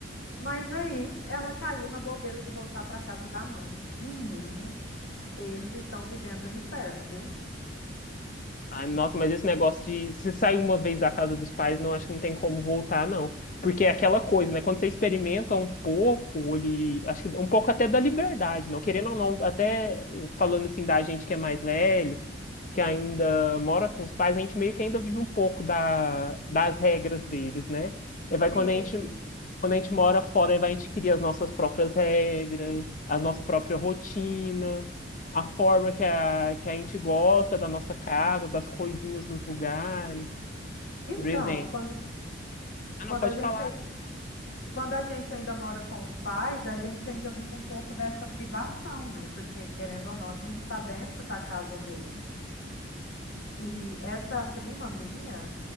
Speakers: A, on the left; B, on the left.
A: Mas aí ela caiu na bobeira de voltar para casa da mãe. Menino. Eles estão vivendo o inferno, viu?
B: Ai, nossa, mas esse negócio de se sair uma vez da casa dos pais, não acho que não tem como voltar, não. Porque é aquela coisa, né? Quando você experimenta um pouco, ele, acho que um pouco até da liberdade, não querendo ou não, até falando assim da gente que é mais velho que ainda mora com os pais, a gente meio que ainda vive um pouco da, das regras deles, né? E vai
A: Vive.
B: quando a gente, quando a gente mora fora, aí vai a gente cria as nossas próprias regras, a nossa própria rotina, a forma que a, que a gente gosta da nossa casa, das coisinhas nos lugares, por
A: Então,
B: exemplo.
A: quando,
B: Ah,
A: quando
B: não, pode
A: a gente,
B: falar.
A: ai- quando a gente ainda mora com os pais, a gente ainda vive um pouco dessa privação, né? Porque, querendo ou não, a gente está dentro da casa deles. E essa prima minha,